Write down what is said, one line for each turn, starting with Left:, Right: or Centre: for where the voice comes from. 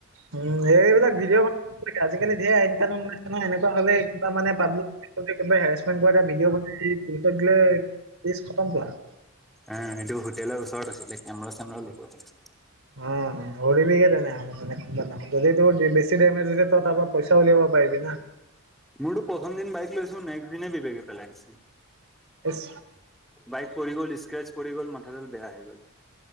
Right: উম, এইবিলাক ভিডিঅ' <unintelligible> আজিকালি ধেৰ আইন কানুন ওলাইছে নহয়, এনেকুৱা হ'লে, কিবা মানে পাব হেৰেছমেণ্ট কৰে, এটা ভিডিঅ' বনাই পুলিচত দিলে কেছ খতম তাৰ।
Centre: অহ, এইটো হোটেলৰ ওচৰত আছিলে, কেমেৰা চেমেৰা। <unintelligible>
Right: উম। ধৰিবিহে তেনে, যদি তোৰ বেছি ডেমেজ হৈছে তই তাৰপৰা পইচা উলিয়াব পাৰিবি না।
Centre: মোৰ প্ৰথম দিন বাইক লৈছোঁ, নেক্সট দিনাই বিবকে পেলাই দিছে।
Right: এছ
Centre: বাইক পৰি গ'ল, স্ক্ৰেচ পৰি গ'ল, মাথাদাল বেয়া হৈ গ'ল।